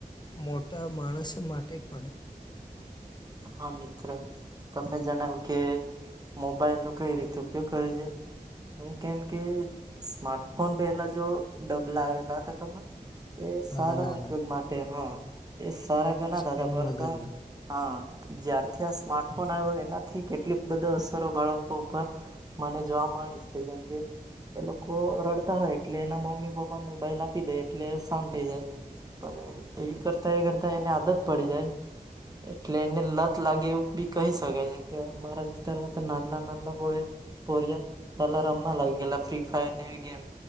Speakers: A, on the left; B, on the right.
A: મોટા માણસો માટે પણ.
B: હા મિત્ર. તને જણાવ્યું કે મોબાઈલનો કઈ રીતે ઉપયોગ કરે છે. હું કેમ કે સ્માર્ટફોન પેલા જો ડબલા આવેલા હતા ખબર. એ
A: હા
B: સારા
A: ના
B: ઉપયોગ
A: ના
B: માટે હા એ સારા ગણાતા
A: સ્ક્રીન
B: હતા પર
A: વગરના
B: તો હા. જ્યારથી આ સ્માર્ટફોન આવ્યો એનાથી કેટલી બધ અસરો બાળકો ઉપર. મને જોવા મળી કે જેમ કે એ લોકો રડતા હોય એટલે એના મમ્મી પપ્પા મોબાઈલ આપી દે એટલે શાંત થઈ જાય. પણ એવી કરતાં એ કરતાં એને આદત પડી જાય. પટલે એને લત લાગે એવું બી કહી શકાય જેમ કે અમારા વિસ્તારમાં તો નાદલા નાનલા પોરીયા. પરિયા પેલા રમવા લાગી ગેલા ફ્રી ફાયર ગેમ.